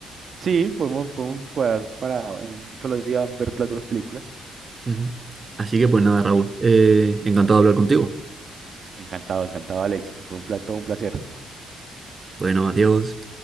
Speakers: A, on the right (about 50°); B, on the right (about 35°).
A: Sí, podemos, podemos cuadrar para en un solo día ver las dos películas.
B: Ujú. Así que pues nada, Raúl. eh, encantado de hablar contigo.
A: Encantado, encantado, Alex. Fue un plato, un placer.
B: Bueno, adiós.